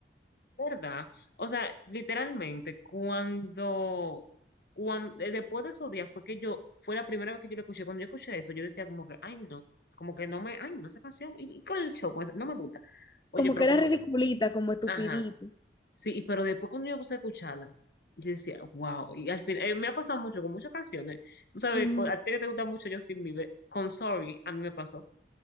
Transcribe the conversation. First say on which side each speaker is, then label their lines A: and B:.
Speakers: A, on the left; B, on the left.
A: ¿verdad? O sea, literalmente, cuando, cuando después de esos días fue que yo, fue la primera vez que yo la escuché, cuando yo escuché eso, yo decía como que, ay no, como que no me, ay no, esa canción, y, y con el show, con esa- no me gusta. Oye,
B: Como
A: pero
B: que era
A: como cuando,
B: ridiculita, como estupidita.
A: ajá, Sí, pero después cuando yo puse a escucharla, yo decía, wow, y al final, eh, me ha pasado mucho con muchas canciones. Tú sabes,
B: Ujú.
A: con- a ti que te gusta mucho Justin Bieber, con Sorry, a mí me pasó.